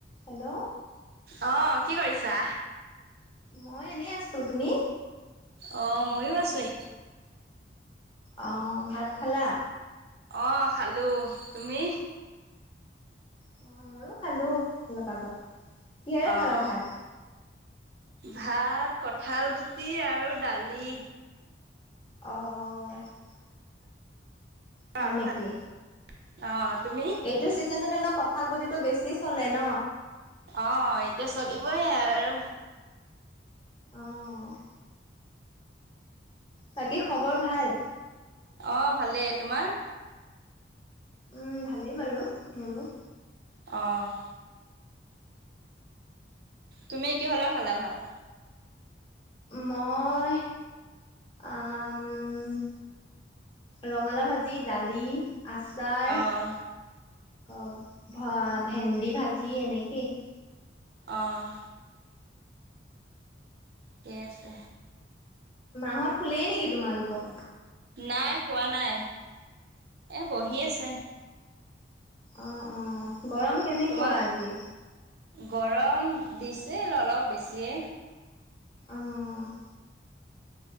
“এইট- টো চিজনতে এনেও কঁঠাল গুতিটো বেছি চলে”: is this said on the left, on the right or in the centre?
Left